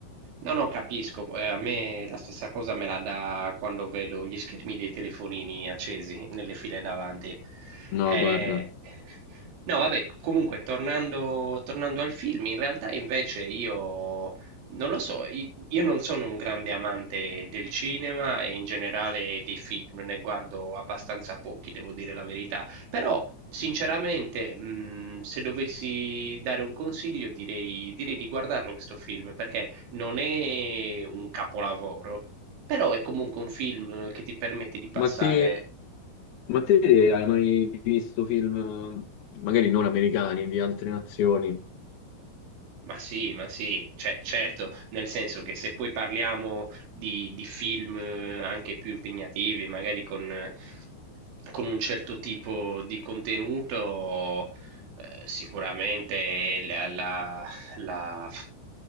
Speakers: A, on the right; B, on the left.
A: No, no, capisco. eh, a me la stessa cosa me la dà quando vedo gli schermi dei telefonini accesi nelle file davanti.
B: No,
A: Eh,
B: guarda.
A: No, vabbè, comunque, tornando, tornando al film, in realtà invece io non lo so, i- io non sono un grande amante del cinema e in generale dei film, ne guardo abbastanza pochi, devo dire la verità, però sinceramente, mh, se dovessi dare un consiglio, direi, direi di guardarlo questo film, perché... Non è un capolavoro, però è comunque un film che ti permette di passare
B: Ma te, ma te hai mai visto film, magari non americani, di altre nazioni?
A: Ma sì, ma sì, cioè, certo, nel senso che se poi parliamo di, di film eh, anche più impegnativi, magari con, eh, con un certo tipo di contenuto, eh, sicuramente la, la- la-